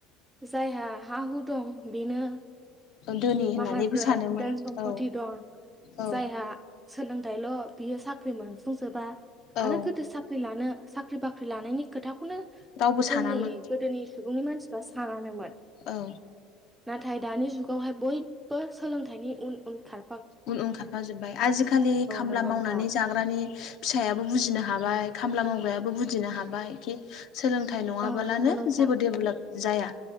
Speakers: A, in the centre; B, on the left.
A: जायहा हा हु दं बेनो
B: धोनि होननानैबो
A: माहाजोन
B: सानोमोन
A: दोन सम्फथि
B: औ
A: दं
B: औ
A: जायहा सोलोंथाइल' बियो साख्रि मोनफुंजोबा
B: औ
A: आरो गोदो साख्रि साख्रि लानो साख्रि बाख्रि लानायनि खोथाखौनो
B: रावबो सानामोन
A: जोंनि गोदोनि सुबुंनि मानसिफ्रा सानानोमोन
B: औ
A: नाथाय दानि जुगावहाय बयबो सोलोंथाइनि उन उनखार
B: उन उन खारफाजोबबाय आजिखालि खामला
A: नंगौ
B: मावनानै
A: नोंथां
B: जाग्रानि फिसायाबो बुजिनो हाबाय खामला मावग्रायाबो बुजिनो हाबाय खि सोलों नाथाय नङाबालानो
A: औ नंगौ नोंथां
B: जेबो डेभलप जाया